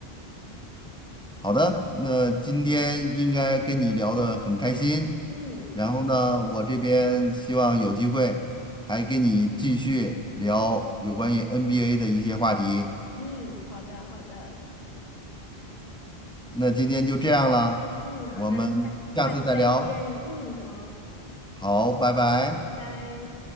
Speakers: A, in the centre; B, on the left.
A: 好的，那今天应该跟你聊得很开心，
B: 嗯，是的，
A: 然后呢，我这边希望有机会还跟你继续聊有关于 NBA 的一些话题。
B: 嗯，好的，好的，
A: 那今天就这样了，
B: 嗯，
A: 我们下次再聊。
B: 好的，下下次再见，嗯，好，
A: 好，拜拜。
B: 拜拜。